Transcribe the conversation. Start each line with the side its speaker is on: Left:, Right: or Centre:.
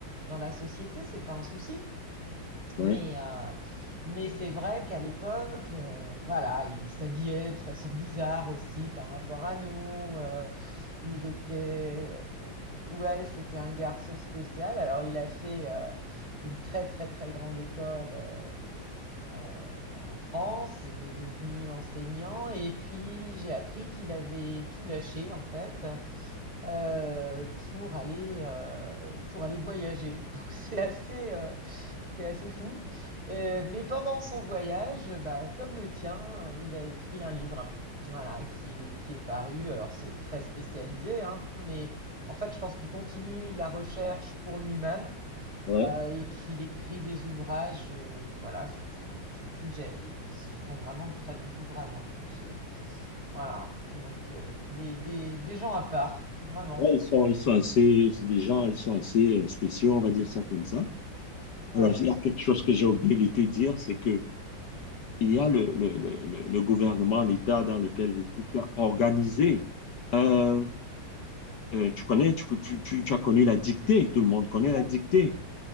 Right: dans la société, c'est pas un souci.
Left: ouais,
Right: Mais, euh, mais c'est vrai qu'à l'époque, euh, voilà, il s'habillait de façon bizarre aussi par rapport à nous. euh, il était, ouais, c'était un garçon spécial. Alors il a fait euh, une très très très grande école euh, euh, en France. Il est devenu enseignant et puis j'ai appris qu'il avait tout lâché en fait euh, pour aller euh, pour aller voyager. <laughs> Donc c'est assez euh, c'est assez fou. Euh, mais pendant son voyage, bah, comme le tien, il a écrit un livre, voilà, qui est, qui est paru. Alors c'est très spécialisé, hein, mais en fait, je pense qu'il continue la recherche pour lui-même
Left: ouais.
Right: euh, et qu'il écrit des ouvrages, euh, voilà, sur, sur son sujet. Et ce sont vraiment de très bons ouvrages en plus. euh, voilà, donc euh, des, des, des gens à part, vraiment.
Left: Ouais, ils sont, ils sont assez, c'est des gens, ils sont assez euh, spéciaux, on va dire ça comme ça.
Right: Ouais,
Left: Alors, il y a quelque chose que j'ai oublié de te dire, c'est que il y a le, le, le, le- le gouvernement, l'État dans lequel je suis, qui a organisé, euh, euh, tu connais, tu, tu, tu, tu as connu la dictée, tout le monde connaît la dictée.